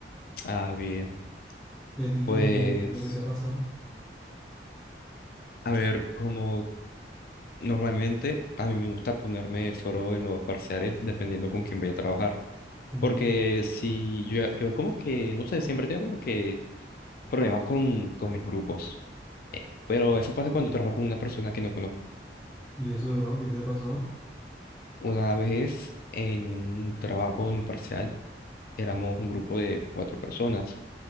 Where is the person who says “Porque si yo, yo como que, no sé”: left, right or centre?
Left